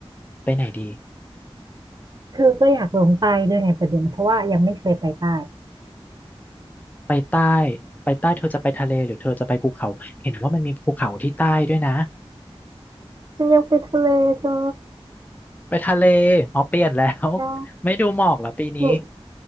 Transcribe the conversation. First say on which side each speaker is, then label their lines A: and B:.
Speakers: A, on the left; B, on the right.
A: ไปไหนดี
B: คือก็อยากลงใต้ด้วยไงประเด็นเพราะว่ายังไม่เคยไปใต้
A: ไปใต้ไปใต้เธอจะไปทะเลหรือเธอจะไปภูเขาเห็นว่ามันมีภูเขาที่ใต้ด้วยนะ
B: ฉันอยากไปทะเลเธอ
A: ไปทะเลอ๋อเปลี่ยนแล้ว <laughs>
B: ได้
A: ไม่ดูหมอกเหรอปีนี้
B: ไม่